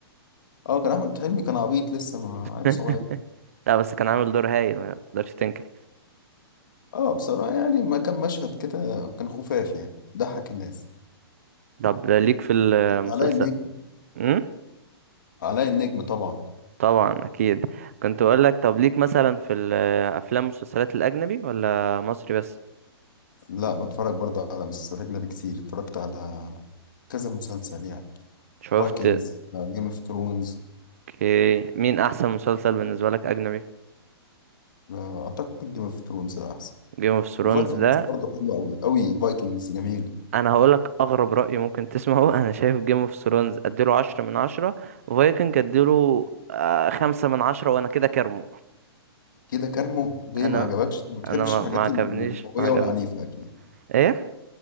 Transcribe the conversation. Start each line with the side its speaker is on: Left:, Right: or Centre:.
Left: اه كان احمد حلمي كان عبيط لسه ما
Right: <laughs>
Left: عيل صغير
Right: لا بس كان عامل دور هايل ما تقدرش تنكر
Left: اه بصراحة يعني ما كان مشهد كده كان خفاف يعني ضحك الناس
Right: طب ليك في المسلسل
Left: علاء النجم
Right: امم
Left: علاء النجم طبعا
Right: طبعا اكيد كنت اقول لك طب ليك مثلا في الافلام والمسلسلات الاجنبي ولا مصري بس
Left: لا بتفرج برضه على مسلسلات أجنبي كتير اتفرجت على كذا مسلسل يعني
Right: شفت
Left: فايكنجز جيم اوف ثرونز
Right: اوكي مين احسن مسلسل بالنسبه لك اجنبي
Left: أعتقد جيم اوف ثرونز أحسن
Right: جيم اوف ثرونز
Left: وفايكنجز
Right: ده
Left: برضه حلو أوي أوي فايكنجز جميل
Right: انا هقول لك اغرب راي ممكن تسمعه <laughs> انا شايف جيم اوف ثرونز اديله عشرة من عشرة وفايكنج اديله آه، خمسة من عشرة وانا كده كارمه
Left: كده كارمو ليه
Right: انا
Left: ما عجبكش ما بتحبش
Right: انا ما
Left: الحاجات
Right: ما عجبنيش
Left: الدموية
Right: ما عجبني
Left: والعنيفة أكيد
Right: ايه